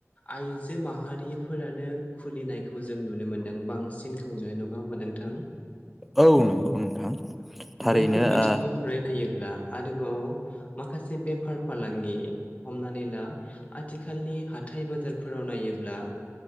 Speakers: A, on the left; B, in the centre.
A: आइजो माहारिफोरानो खुलिनायखौ जों नुनो मोन्दों बांसिन खौनो नङा होमबा नोंथां।
B: औ नंगौ नोंथां थारैनो
A: बैफोर बिथिंनिफ्राय
B: ओ
A: नायोब्ला आरोबाव माखासे बेफार फालांगि हमनानै ला आथिखालनि हाथाय बाजारफोराव नायोब्ला